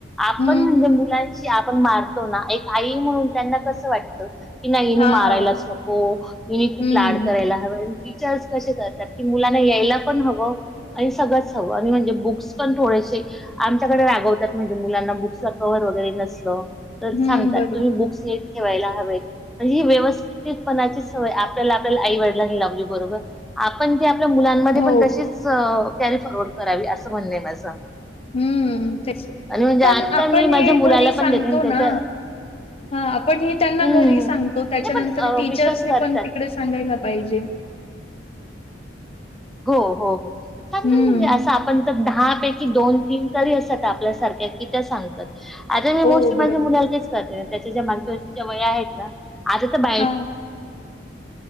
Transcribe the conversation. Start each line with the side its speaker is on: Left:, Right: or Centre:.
Centre: आपण
Left: हम्म.
Centre: म्हणजे मुलां आपण मारतो ना एक आई म्हणून त्यांना कसं वाटत. कि नाही इने
Left: हां.
Centre: मारायलाच नको, हिने खूप
Left: हम्म,
Centre: लाड करायला हवंय. टीचर्स, कसे करतात की मुलांना यायला पण हवं आणि सगळंच हवं आणि म्हणजे बुक्स पण थोडे. आमच्याकडे रागवतात म्हणजे मुलांना बुक्स कव्हर वगैरे नसलं. तर
Left: हम्म.
Centre: सांगतात
Left: बरोबर.
Centre: तुम्ही बुक्स निट ठेवायला हवेत म्हणजे ही व्यवस्थितपणाची सवय आपल्याला, आपल्याला आईवडलांनी लावली म्हजे बरोबर आपण जे आपल्या मुलांमध्ये
Left: हो.
Centre: पण तशीच. त्यानी फॉरवर्ड करावी असं म्हणणे माझं.
Left: हम्म, तेच
Centre: आणि म्हणजे
Left: पण
Centre: आता
Left: आपण
Centre: मी
Left: हे
Centre: माझ्या मुलाला
Left: घरी सांगतो
Centre: पण देते आणि त्याच्या
Left: ना. हा आपण हे त्यांना
Centre: हं.
Left: घरी सांगतो. त्याच्यानंतर
Centre: नाही पण अ,
Left: टीचर्स
Centre: विश्वास करतात.
Left: पण तिकडे सांगायला पाहिजे.
Centre: <inaudible> हो, हो, हो सांगत
Left: हम्म
Centre: म्हणजे असं आपण दहा पैकी दोन तीन तरी असतात आपल्यासारख्या कि त्या सांगतात. आता हे
Left: हो
Centre: गोष्टी माझ्या
Left: बरोबर
Centre: मुलाला तेच करते त्याच्या ज्या मागच्या वर्षीच्या वया आहेत ना आता तर बाई
Left: हा